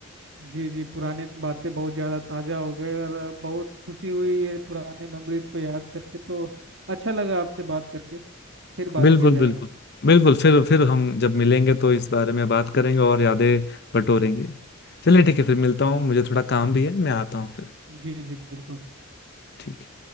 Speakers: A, on the right; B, on the left.
A: जी जी पुराने बातें बहुत ज़्यादा ताज़ा हो गए और बहुत खुशी हुई ये पुराने मेमोरीज को याद करके तो अच्छा लगा आपसे बात करके फिर बात
B: बिल्कुल
A: किया जाएगा
B: बिल्कुल बिल्कुल फिर फिर हम जब मिलेंगे तो इस बारे में बात करेंगे और यादें बटोरेंगे चलिए ठीक है फिर मिलता हूँ मुझे थोड़ा काम भी है मैं आता हूँ फिर
A: जी जी बिल्कुल
B: ठीक है